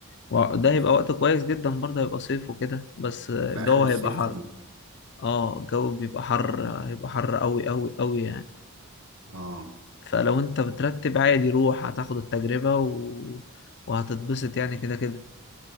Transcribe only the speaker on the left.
وده هيبقى
وقت كويس جدا برضه هيبقى صيف وكده بس الجو
هيبقى حر
اه الجو بيبقى حر هيبقى حر قوي قوي قوي يعني
فلو انت بترتب عادي روح هتاخد التجربة و... وهتتبسط يعني كده كده